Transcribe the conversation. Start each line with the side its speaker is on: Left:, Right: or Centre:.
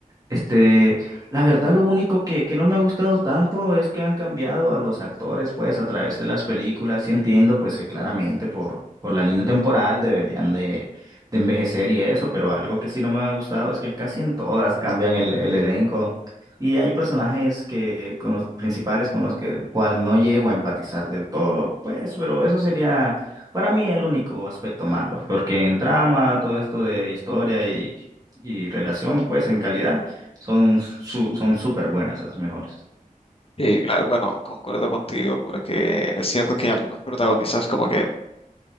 Right: Este, la verdad, lo único que, que no me ha gustado tanto es que han cambiado a los actores, pues, a través de las películas, y entiendo, pues, que claramente por, por la línea temporal deberían de, de envejecer y eso, pero algo que sí no me ha gustado es que casi en todas cambian el, el elenco. Y hay personajes que, con los principales con los que, cual no llego a empatizar del todo, pues, pero eso sería para mí el único aspecto malo, porque en trama, todo esto de historia y, y relación, pues, en calidad. Son su- son súper buenas, de las mejores.
Left: Y claro, bueno, concuerdo contigo porque es cierto que algunos protagonistas como que